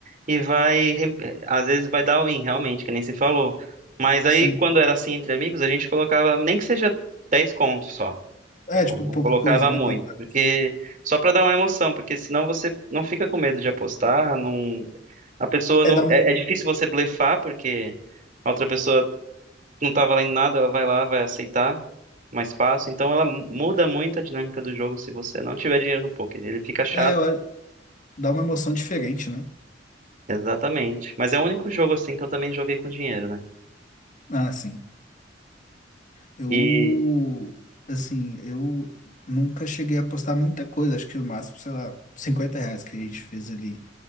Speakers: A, on the right; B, on the left.
A: e vai. rem- Às vezes vai dar win, realmente, que nem se falou. Mas aí,
B: sim.
A: quando era assim entre amigos, a gente colocava nem que seja 10 contos só.
B: É,
A: Tipo,
B: tipo,
A: não
B: pouca
A: colocava
B: coisa, né,
A: muito.
B: pra não dar confusão.
A: Porque. Só pra dar uma emoção, porque senão você não fica com medo de apostar. Não... A pessoa
B: É,
A: não.
B: dá uma,
A: É, é difícil você blefar, porque. A outra pessoa não tá valendo nada, ela vai lá, vai aceitar mais fácil. Então ela mu- muda muito a dinâmica do jogo se você não tiver dinheiro no poker. Ele fica chato.
B: é, eu acho- dá uma emoção diferente, né?
A: Exatamente. Mas é o único jogo assim que eu também joguei com dinheiro, né?
B: Ah, sim. Eu,
A: E
B: assim, eu nunca cheguei a apostar muita coisa, acho que o máximo, sei lá, 50 reais que a gente fez ali